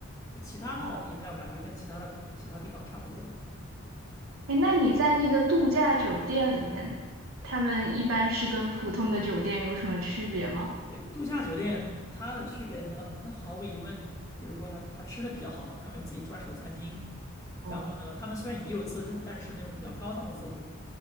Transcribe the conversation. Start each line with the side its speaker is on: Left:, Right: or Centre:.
Left: 对，其他的饮料感觉跟其他的其他地方差不多吧。
Right: 哦，哎，那你在那个度假酒店里面，他们一般是跟普通的酒店有什么区别吗？
Left: 对，度假酒店它的区别呢，那毫无疑问，比如说它它吃的比较好吧，他们有自己专属的餐厅，
Right: 哦，
Left: 然后呢，他们虽然也有自助，但是是那种比较高档的自助，